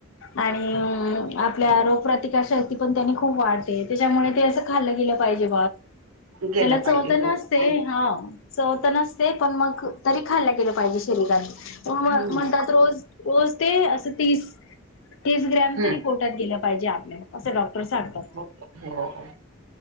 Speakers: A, on the left; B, on the right.
A: आणि आपल्या रोगप्रतिकार खूप वाढते त्याच्यामुळे ते अस खाल् गेलं पाहिजे
B: गेलं
A: त्याला चव
B: पाहिजे
A: पण
B: हो
A: नसते
B: आणि
A: चव नसते पण मग तरी खाल्ला गेलं पाहिजे शरीरात म्हणतात
B: हम्म
A: रोज ते तीस ग्रॅम
B: हम्म.
A: तरी प पोटात गेलं पाहिजे असे डॉक्टर सांगतात
B: हो हो,